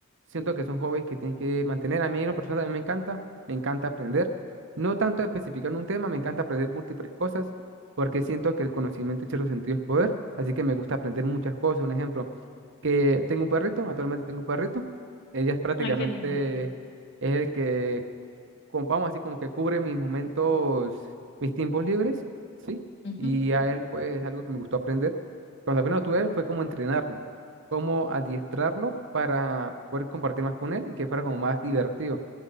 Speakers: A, on the right; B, on the left.
A: Siento que son hobbies que tienes que mantener. A mí, en lo personal, también me encanta. Me encanta aprender. No tanto especificar en un tema, me encanta aprender múltiples cosas, porque siento que el conocimiento en cierto sentido es poder. Así que me gusta aprender muchas cosas. Un ejemplo, que tengo un perrito, actualmente tengo un perrito. Ella es prácticamente
B: Ay, qué lindo.
A: es el que como, vamos a decir, como que cubre mis momentos, mis tiempos libres, ¿sí?
B: Ujú.
A: Y a él, pues, es algo que me gustó aprender. Cuando apenas lo tuve, fue como entrenarlo, como adiestrarlo para poder compartir más con él y que fuera como más divertido.